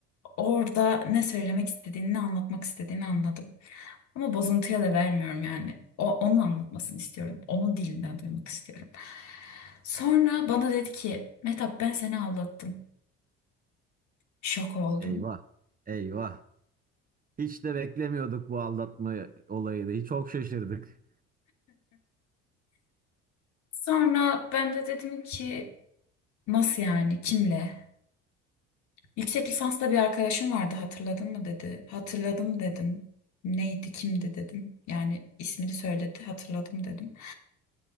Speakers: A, on the left; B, on the right.
A: Orada ne söylemek istediğini, ne anlatmak istediğini anladım. Ama bozuntuya da vermiyorum yani. O, onun anlatmasını istiyorum. Onun dilinden duymak istiyorum. Sonra bana dedi ki, Mehtap ben seni aldattım. Şok oldum.
B: Eyvah. Eyvah. Hiç de beklemiyorduk bu aldatma olayını. Çok şaşırdık.
A: Sonra ben de dedim ki, nasıl yani, kimle? Yüksek lisansta bir arkadaşım vardı hatırladın mı dedi. Hatırladım dedim. Neydi, kimdi dedim. Yani ismini söyledi, hatırladım dedim.